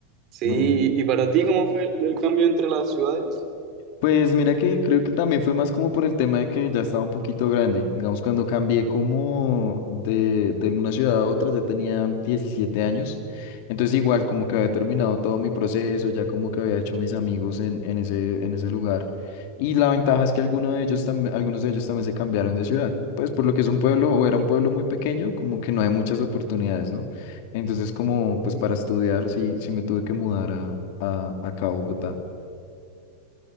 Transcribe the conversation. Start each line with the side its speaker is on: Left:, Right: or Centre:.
Right: Sí,
Left: bueno
Right: ¿y para ti cómo fue el, el cambio entre las ciudades?
Left: Pues mira que creo que también fue más como por el tema de que ya estaba un poquito grande. Digamos, cuando cambié como de, de una ciudad a otra, ya tenía 17 años. Entonces igual como que había terminado todo mi proceso, ya como que había hecho mis amigos en, en ese, en ese lugar. Y la ventaja es que algunos de ellos también, algunos de ellos también se cambiaron de ciudad. Pues por lo que es un pueblo o era un pueblo muy pequeño, como que no hay muchas oportunidades, ¿no? Entonces como
Right: Mm,
Left: pues para estudiar sí, sí me tuve que mudar a, a, acá a Bogotá.